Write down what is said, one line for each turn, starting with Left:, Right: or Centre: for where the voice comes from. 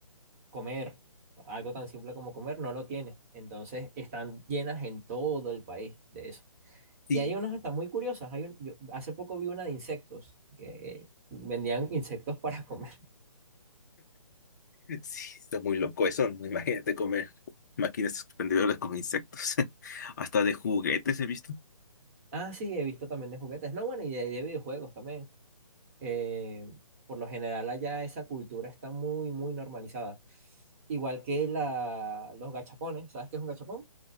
Right: comer, algo tan simple como comer, no lo tiene. Entonces, están llenas en todo el país de eso.
Left: Sí,
Right: Y hay unas hasta muy curiosas. Hay un- yo hace poco vi una de insectos, que eh, vendían insectos <laughs> para comer.
Left: <laughs> sí, está muy loco eso, ¿no? Imagínate comer máquinas expendedoras con insectos, <laughs> hasta de juguetes he visto.
Right: Ah, sí, he visto también de juguetes. No, bueno, y de, de videojuegos también. eh, por lo general allá esa cultura está muy, muy normalizada. Igual que la, los gachapones, ¿sabes qué es un gachapón?